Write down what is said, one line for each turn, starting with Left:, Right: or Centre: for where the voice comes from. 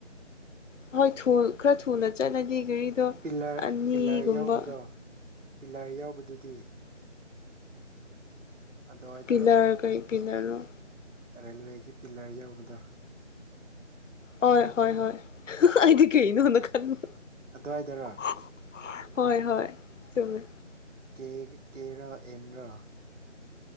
Left: ꯍꯣꯏ ꯊꯨꯜ ꯈꯔ ꯊꯨꯅ ꯆꯠꯂꯗꯤ ꯒꯥꯔꯤꯗꯣ
Right: ꯄꯤꯂꯔ
Left: ꯑꯅꯤꯒꯨꯝꯕ
Right: ꯄꯤꯂꯔ ꯌꯧꯕꯗꯣ ꯄꯤꯂꯔ ꯌꯧꯕꯗꯨꯗꯤ ꯑꯗꯨꯋꯥꯏꯗꯔꯣ
Left: ꯄꯤꯂꯔ ꯀꯩ ꯄꯤꯂꯔꯅꯣ
Right: ꯔꯦꯜꯋꯦꯒꯤ ꯄꯤꯂꯔ ꯌꯥꯎꯕꯗꯣ
Left: ꯍꯣꯏ ꯍꯣꯏ ꯍꯣꯏ ꯑꯩꯗꯤ ꯀꯩꯅꯣꯅ ꯈꯜꯂꯨ
Right: ꯑꯗꯨꯋꯥꯏꯗꯔꯣ
Left: <unintelligible> ꯍꯣꯏ ꯍꯣꯏ ꯆꯨꯝꯃꯦ
Right: ꯀꯦ ꯀꯦꯔꯣ ꯑꯦꯟꯔꯣ